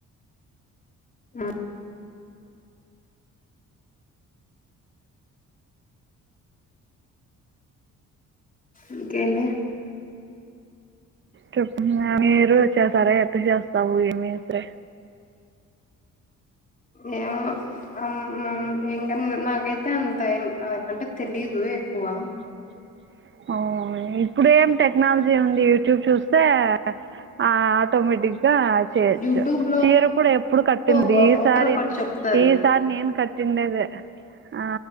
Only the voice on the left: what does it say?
అ ఇంకేంది
ఏమో అమ్ మమ్ ఇంక నాకైతే అంత ఎన్ అ అంటె తెలీదు ఎక్కువా
యూట్యూబ్ లో
ఒక
ఒకరు ఒకటి చెప్తారు